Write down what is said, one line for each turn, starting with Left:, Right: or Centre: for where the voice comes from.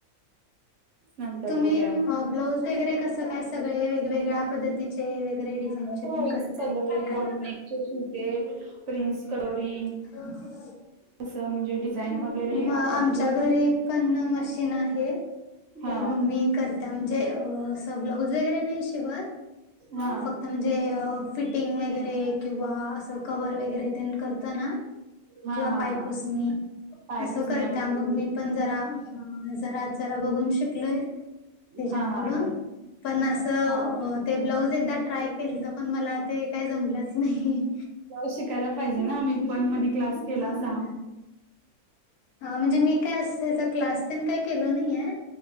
Right: नंतर
Left: तुम्ही
Right: बघू.
Left: ब्लाऊज वगैरे कसं काय सगळे, वेगवेगळ्या पद्धतीचे वेगरे डिझाईनचे.
Right: होय
Left: तेन करताय
Right: सगळे
Left: की काय
Right: बॉटनेकचे सुूते प्रिन्स कडोरी
Left: ह.
Right: तसं म्हणजे डिझाईन वगैरे
Left: आमच्या
Right: आता म्हणजे
Left: घरी पण मशीन आहे ते
Right: हा
Left: मम्मी करते. म्हणजे असं ब्लाऊज वगैरे नाही शिवत अं
Right: हा
Left: फक्त म्हणजे फिटिंग वगैरे किंवा असं कवर वगैरे तेन करताना.
Right: हा
Left: किंवा
Right: हा
Left: पायपुसणी
Right: हा पाय
Left: असं
Right: पुसण्या
Left: करता
Right: वगैरे
Left: मग मी पण जरा जरा जरा बघून शिकली. तच्याकडून
Right: हा हा हा
Left: पण असं.
Right: हा
Left: ते ब्लाऊज एकदा ट्राय केलत पण मला ते काय जमलंच नाही.
Right: ब्लाऊज शिकायला पाहिजे ना मी पण मधी क्लास केला
Left: अ
Right: होता.
Left: हा म्हणजे मी काय अस त्याचा क्लास पण काही केलो नाही आहे.